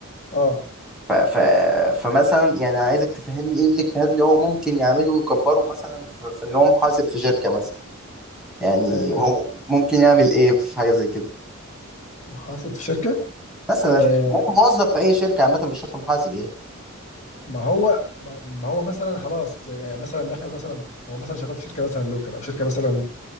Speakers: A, on the left (about 35°); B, in the centre.
A: اه
B: ف ف فمثلا يعني عايزك تفهمني ايه الاجتهاد اللي هو ممكن يعمله ويكبره مثلا في, في ان هو محاسب في شركة مثلا يعني
A: آه،
B: هو ممكن يعمل ايه في حاجة زي كده
A: محاسب في شركه
B: مثلا
A: آه
B: هو موظف في اي شركة عامة مش شرط محاسب يعني
A: ما هو ما ما هو مثلا خلاص يعني مثلا دخل مثلا هو مثلا شغال في شركه مثلا لوكال او شركه مثلا